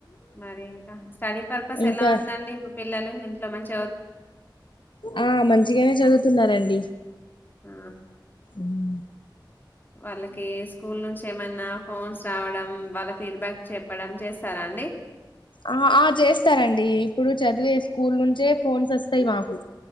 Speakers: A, on the left (about 25°); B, on the left (about 80°).
A: మరి ఇంకా స్టడీ పర్పస్
B: ఇంకా
A: ఎలా ఉందండి మా పిల్లలు. ఇంట్ల మంచి.
B: ఆ మంచిగానే చదువుతున్నారండి
A: ఆ
B: ఉమ్.
A: వాళ్ళకి స్కూల్ నుంచి. ఏమన్నా ఫోన్స్ రావడం వాళ్ళ ఫీడ్బ్యాక్. చెప్పడం ఛెస్తార అండీ
B: ఆ ఆ చేస్తారండి ఇప్పుడు చదివే స్కూల్ నుంచే ఫోన్స్ వస్తాయి మాకు.